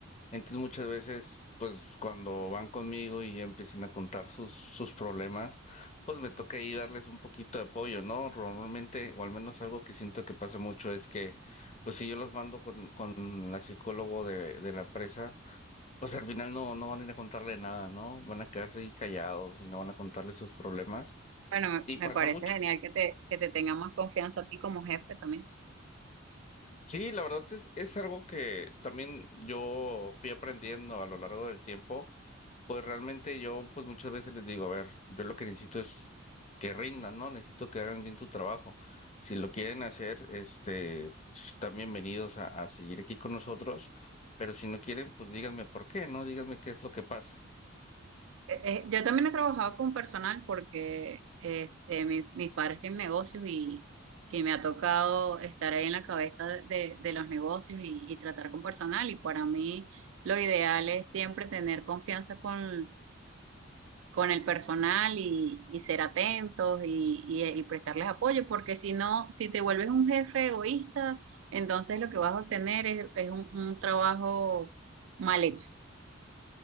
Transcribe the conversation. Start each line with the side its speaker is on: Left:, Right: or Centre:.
Left: Entonces muchas veces pues cuando van conmigo y empiezan a contar sus, sus problemas, pues me toca ahí darles un poquito de apoyo, ¿no? Normalmente, o al menos algo que siento que pasa mucho es que pues si yo los mando con, con la psicólogo de de la empresa, pues al final no, no van a ir a contarle nada, ¿no? Van a quedarse ahí callados y no van a contarle sus problemas.
Right: Bueno, me,
Left: Y pasa
Right: me parece
Left: mucho.
Right: genial que te, que te tenga más confianza a ti como jefe también.
Left: Sí, la verdad es, es algo que también yo fui aprendiendo a lo largo del tiempo. Pues realmente yo, pues muchas veces les digo, a ver, yo lo que necesito es que rindan, ¿no? Necesito que hagan bien su trabajo. Si lo quieren hacer, este, pues, están bienvenidos a, a seguir aquí con nosotros. Pero si no quieren, pues díganme por qué, ¿no? Díganme qué es lo que pasa.
Right: Eh, eh, yo también he trabajado con personal porque este, mi- mis padres tienen negocios y, y me ha tocado estar ahí en la cabeza de, de los negocios y, y tratar con personal. Y para mí lo ideal es siempre tener confianza con con el personal y, y ser atentos y, y- eh, y prestarles apoyo, porque si no, si te vuelves un jefe egoísta, entonces lo que vas a obtener es, es un, un trabajo mal hecho.